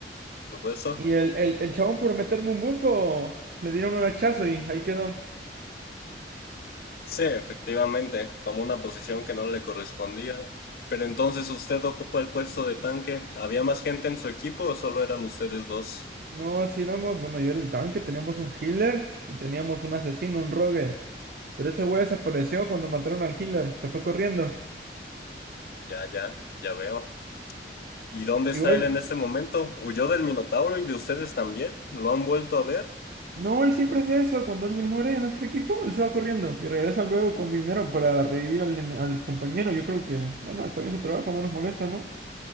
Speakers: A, on the left (about 55°); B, on the right (about 55°).
A: por supuesto.
B: Y el, el, el chabón por meterme un bufo, le dieron un hachazo y ahí quedó.
A: Sí, efectivamente, tomó una posición que no le correspondía. Pero entonces usted ocupó el puesto de tanque. ¿Había más gente en su equipo o solo eran ustedes dos?
B: No, si éramos, bueno, yo era el tanque, teníamos un healer y teníamos un asesino, un rogue. Pero ese güey desapareció cuando mataron al healer, se fue corriendo.
A: Ya, ya, ya veo. ¿Y dónde
B: Igual,
A: está él en este momento? ¿Huyó del minotauro y de ustedes también? ¿Lo han vuelto a ver?
B: No, él siempre hace eso. Cuando alguien muere de nuestro equipo, él se va corriendo y regresa luego con dinero para revivir al, ene- al compañero. Yo creo que, bueno, está bien su trabajo, no nos molesta, ¿no?